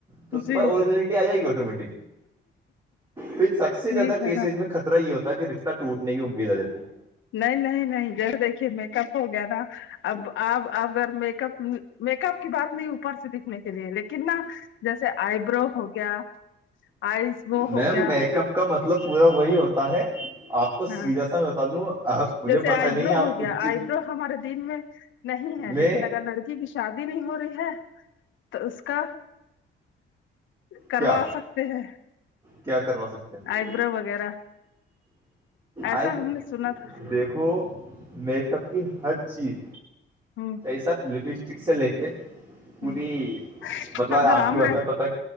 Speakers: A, on the right; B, on the left.
A: تو اس کے
B: جی
A: پاسجینلٹی آ جائے گی آٹومیٹک پھر سب سے
B: ٹھیک
A: زیادہ کیسز
B: ہے نا
A: میں خطرہ ہی ہوتا رشتہ ٹوٹنے کی امید آ جاتی ہے
B: نہیں نہیں نہیں جر دیکھیے میک اپ ہو گیا نا اب آپ اب ا میک اپ میک اپ کی بات نہیں اوپر سے دکھنے کے لیے لیکن نہ جیسے آئیبرو ہو گیا آئز وہ
A: میم
B: ہو گیا
A: میک اپ کا مطلب پورا وہی ہوتا ہے آپ کو سیدھا
B: ہاں
A: سا میں بتا دوں آپ مجھے
B: جیسے
A: پتا
B: آئیبرو
A: نہیں آپ
B: ہو
A: اس
B: گیا
A: چیز
B: آئیبرو ہمارے دن میں نہیں ہے
A: میں
B: لیکن اگر لڑک کی شادی نہیں ہو رہی ہے تو اس کا کروا
A: کیا
B: سکتے ہیں
A: کیا کروا سکتے ہیں
B: آئیبرو وغیرہ ایسا
A: آئی
B: ہم نے سنا تھا
A: دیکھو میک اپ کی ہر چیز
B: ہوں
A: سب لپسٹک سے لے کے پوری
B: ہوں
A: مطلب
B: سب
A: آپ
B: حرام
A: کی وسا
B: ہے
A: مطلب